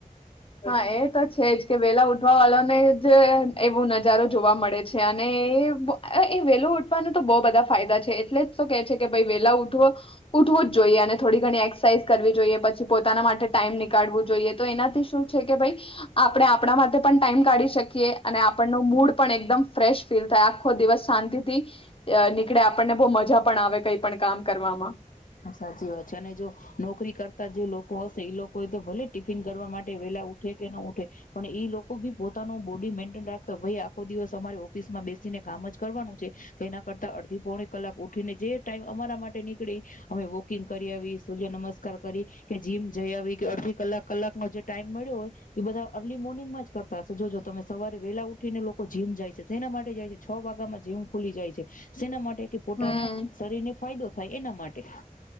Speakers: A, on the left; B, on the left.
A: હા એ તો છે જ કે વેલા ઉઠવા વાળાને જ એવું નજારો જોવા મળે છે અને એ એ વેલો ઉઠવાના તો બો બધા ફાયદા છે એટલે જ તો કે છે કે ભ વેલા ઉઠવ ઉઠવું જ જોઈએ અને થોડી ઘણી એક્સરસાઇઝ કરવી જોઈએ પછી પોતાના માટે ટાઈમ નીકળવું જોઈએ. તો એનાથી શું છે કે ભાઈ આપણે આપણા માટે પણ ટાઈમ કાઢી શકીએ અને આપણનો મૂડ પણ એકદમ ફ્રેશ ફીલ થાય આખો દિવસ શાંતિ થી નીકળે આપણને બો મજા પણ આવે કઈ પણ કામ કરવામાં.
B: હા સાચી વાત છે અને જો નોકરી કરતા જે લોકો હશે એ લોકો એ તો ભલે ટિફિન કરવા માટે વેલા ઉઠે કે ન ઉઠે પણ એઈ લોકો બી પોતાનો બોડી મેન્ટેન રાખતા ભાઈ આખો દિવસ અમારે ઓફિસમાં બેસીને કામ જ કરવાનું છે એના કરતા અડધી પોણી કલાક ઉઠીને જે ટાઈમ અમારા માટે નીકળે અમે વોકિંગ કરી આવી સૂર્ય નમસ્કાર કરી કે જીમ જઈ આવી કે અડધી કલાક કલાકનો જે ટાઈમ મળ્યો હોય એ બધા અર્લી મોર્નિંગમાં જ કરતા હશે જોજો તમે સવારે વેલા ઉઠીને લોકો જીમ જાય છે શના માટે જાય છે છ વાગ્યામાં જીમ ખુલી જાય છે શેના માટે. કે પોતાના
A: હમ
B: શરીરને ફાયદો થાય એના માટ તે